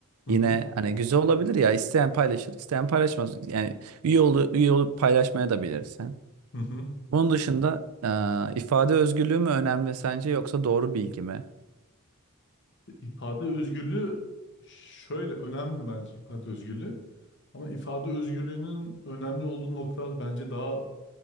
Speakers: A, on the left; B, on the right.
A: Hı
B: Yine
A: hı,
B: hani güzel olabilir ya. İsteyen paylaşır, isteyen paylaşmaz. Yani üye olup, üye olup paylaşmaya da bilirsin.
A: hı hı.
B: Bunun dışında e, ifade özgürlüğü mü önemli sence yoksa doğru bilgi mi?
A: İfade özgürlüğü şöyle önemli bence ifade özgürlüğü. Ama ifade özgürlüğünün önemli olduğu noktalar bence daha